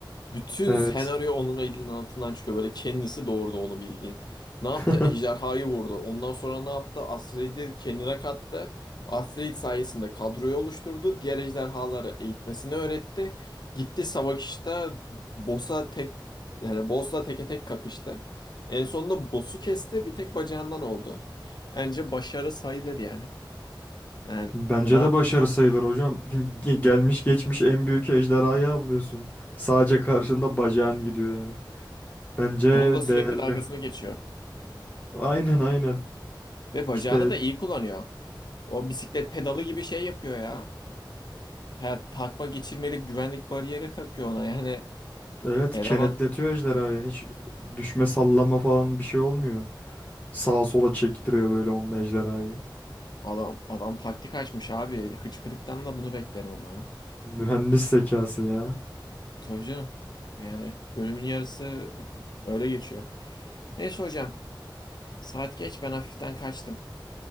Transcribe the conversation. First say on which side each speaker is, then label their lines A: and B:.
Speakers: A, on the left; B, on the left.
A: Bütün
B: Evet.
A: senaryo onun elinin altından çıkıyor. Böyle kendisi doğurdu onu bildiğin. Ne yaptı?
B: <laughs>
A: Ejderhayı vurdu. Ondan sonra ne yaptı? Astrid'i kendine kattı. O Astrid sayesinde kadroyu oluşturdu. Diğer ejderhaları eğitmesini öğretti. Gitti savaşta boss'a tek yani boss'la teke tek kapıştı. En sonunda boss'u kesti. Bir tek bacağından oldu. Bence başarı sayılır yani. Yani
B: Bence
A: adam
B: de başarı sayılır hocam. Ge- Gelmiş geçmiş en büyük ejderhayı avlıyorsun. Sadece karşında bacağın gidiyor yani. Bence
A: onun da sürekli
B: değerli.
A: dalgasını geçiyor.
B: Aynen aynen.
A: Ve bacağını
B: İşte
A: da iyi kullanıyor. O bisiklet pedalı gibi şey yapıyor ya. Ha, takma geçirmelik güvenlik bariyeri takıyor ona. Yani
B: Evet
A: e, eleman
B: kenetletiyor ejderhayı. Hiç düşme sallama falan bir şey olmuyor. Sağa sola çektiriyor böyle onunla ejderhayı.
A: adam adam taktik açmış abi. Hıçkırıktan da bunu beklerim ama ya.
B: Mühendis zekası ya.
A: Tabii canım. Yani bölümün yarısı öyle geçiyor. Neyse hocam. Saat geç ben hafiften kaçtım.